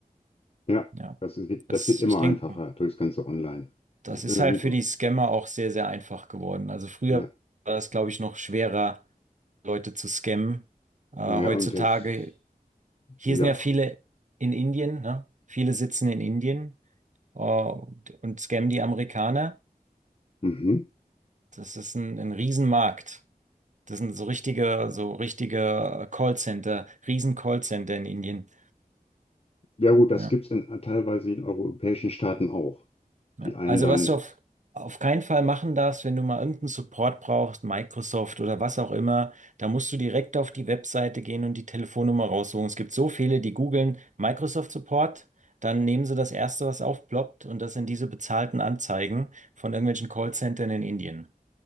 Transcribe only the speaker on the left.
ja,
das wird,
das wird immer
einfacher durchs ganze Online.
Ähm,
ja,
oh ja,
und das,
ja,
f-
mhm.
Ja gut, das
gibt's in, teilweise in europäischen Staaten auch.
Die einen
dann.